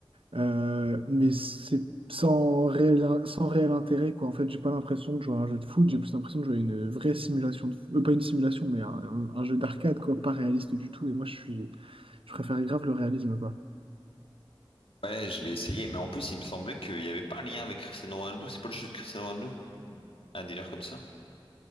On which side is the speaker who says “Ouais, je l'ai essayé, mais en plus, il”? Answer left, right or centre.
Left